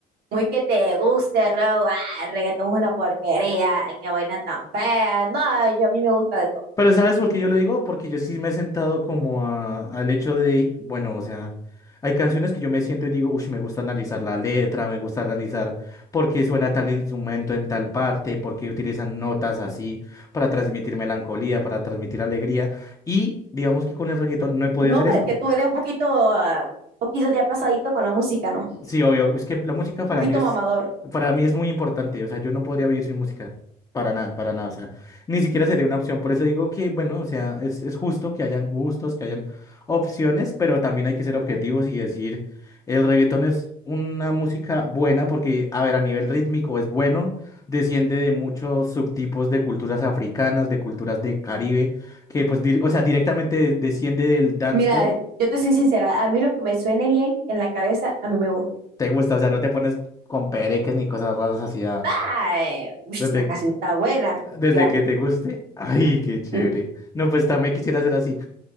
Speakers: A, on the right (about 70°); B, on the left (about 20°).
A: muy que te guste, rock, ah, el reggaetón es una porquería, que vaina tan fea, no, yo a mí me gusta de todo.
B: Pero ¿sabes por qué yo lo digo? Porque yo sí me he sentado como a- al hecho de, bueno, o sea, hay canciones que yo me siento y digo, uff, me gusta analizar la letra, me gusta analizar por qué suena tal instrumento en tal parte, por qué utilizan notas así para transmitir melancolía, para transmitir alegría. Y digamos que con el reggaetón no he podido
A: No,
B: hacer
A: pero
B: eso.
A: que tú eres un poquito, ah, poquito ya pasadito con la música, ¿no? Un
B: Sí, obvio. Es que la música para
A: poquito
B: mí es,
A: mamador.
B: para mí es muy importante. O sea, yo no podría vivir sin música. Para nada, para nada. O sea, ni siquiera sería una opción. Por eso digo que, bueno, o sea, es, es justo que hayan gustos, que hayan opciones, pero también hay que ser objetivos y decir, el reggaetón es una música buena porque, a ver, a nivel rítmico es bueno, desciende de muchos subtipos de culturas africanas, de culturas de Caribe, que pues, dir- o sea, directamente desciende del dancehall.
A: Mira, yo te soy sincera, a mí lo que me suene bien en la cabeza, a mí me gusta.
B: Te gusta, o sea, no te pones con pereques ni cosas raras así
A: Ay, uy,
B: Desde,
A: esta canción
B: que-
A: está buena,
B: desde
A: ya.
B: que te guste. Ay, qué chévere.
A: Mm.
B: No, pues también quisiera ser así.